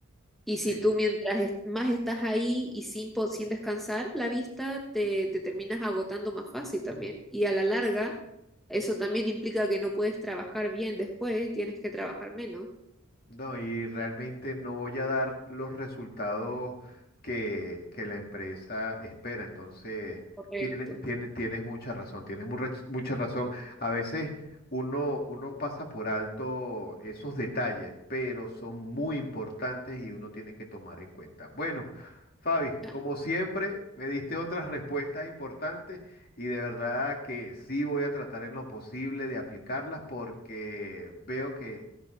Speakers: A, in the centre; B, on the left.
A: y
B: sí.
A: si tú mientras es- más estás ahí y sin, po- sin descansar, la vista te, te terminas agotando más fácil también. Y a la larga, eso también implica que no puedes trabajar bien después y tienes que trabajar menos.
B: No, y realmente no voy a dar los resultados que, que la empresa espera. Entonces,
A: Correcto.
B: tiene, tiene, tienes mucha razón, tienes mucha, mucha razón. A veces uno, uno pasa por alto esos detalles, pero son muy importantes y uno tiene que tomar en cuenta. Bueno, Fabi,
A: Ah,
B: como siempre, me diste otras respuestas importantes y de verdad que sí voy a tratar en lo posible de aplicarlas porque veo que